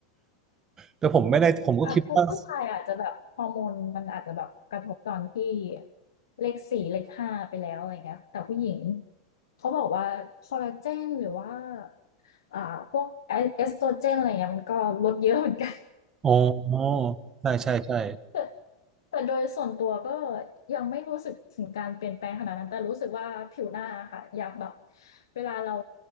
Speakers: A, on the right; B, on the left.
A: แต่ผมไม่ได้ผมก็คิดว่า
B: อ่ะผู้ผู้ชายอาจจะแบบฮอร์โมนมันอาจจะแบบกระทบตอนที่เลขสี่เลขห้าไปแล้วอะไรเงี้ยแต่ผู้หญิงเขาบอกว่าคอลลาเจนหรือว่าอ่าพวกเอสโตรเจนอะไรเงี้ยมันก็ลดเยอะเหมือนกัน <laughs>
A: อ๋อใช่ใช่ใช่
B: แต่แต่โดยส่วนตัวก็ยังไม่รู้สึกถึงการเปลี่ยนแปลงขนาดนั้นแต่รู้สึกว่าผิวหน้าอะค่ะอย่างแบบเวลาเรา